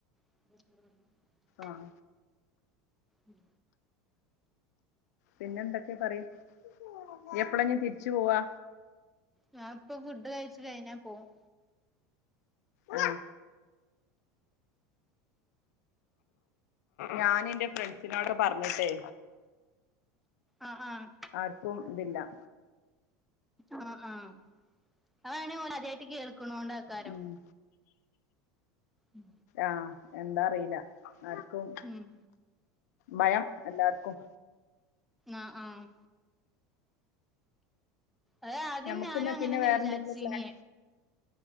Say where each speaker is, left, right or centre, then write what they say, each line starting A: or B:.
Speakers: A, in the centre; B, on the left.
A: <unintelligible>
B: ആഹ...
A: ഉം...
B: പിന്നെ എന്തൊക്കെ പറയ്, ഇയ്യ് എപ്പളാ ഇനി തിരിച്ചു പോവാ?
A: ഞാ ഇപ്പോ ഫുഡ് കഴിച്ചു- കഴിഞ്ഞാൽ പോവും.
B: ആഹാ.. ഞാൻ എന്റെ ഫ്രണ്ട്സിനോട്- പറഞ്ഞിട്ടെ.
A: ആഹ് ആഹ്
B: ആര്ക്കും ഇതില്ല
A: ആഹ് ആഹ് അതാണേ ഓലാദ്യായിട്ട് കേൾക്ക്ണോണ്ടാക്കാരം
B: ഉം
A: ഉം
B: ആഹ് എന്താറീല്ല ആര്ക്കും
A: ഉം
B: ഭയം എല്ലാർക്കും
A: ആഹ് ആഹ് അത് ആദ്യം
B: ഞമ്മക്ക്
A: ഞാനും
B: ഇന്നാ
A: അങ്ങനെന്നെ
B: പിന്നെ വേറെ
A: വിചാര്ച്ചീന്യെ
B: എന്തെങ്കിലും പ്ലാൻ